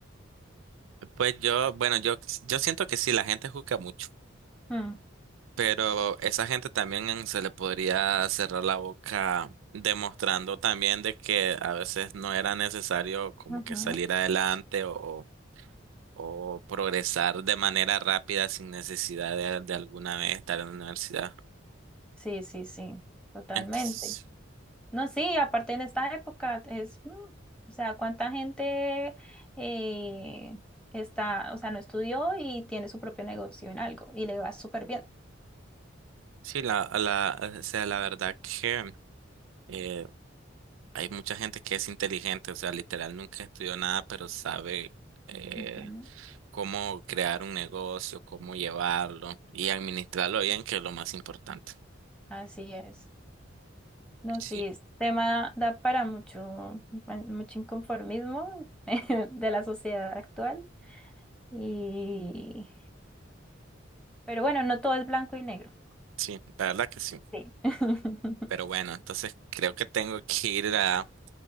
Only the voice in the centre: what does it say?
Mm,
ujú.
Sí, sí, sí, totalmente.
No, sí, aparte en esta época es, mm, o sea, cuánta gente eh, está, o sea, no estudió y tiene su propio negocio en algo y le va súper bien.
Ujú.
Así es. No,
sí, este tema da para mucho, pa- mucho inconformismo <laughs> de la sociedad actual. Y, pero bueno, no todo es blanco y negro.
Sí. <laughs>